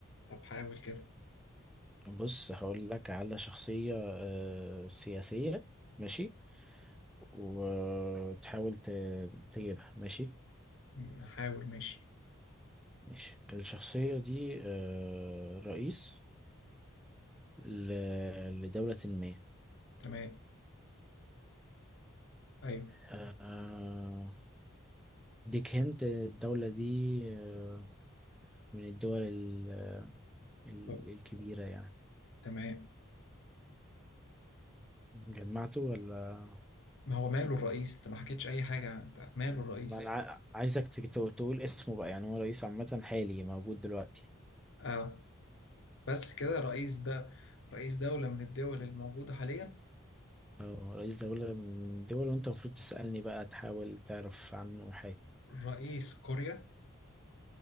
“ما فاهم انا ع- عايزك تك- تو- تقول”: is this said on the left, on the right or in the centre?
Centre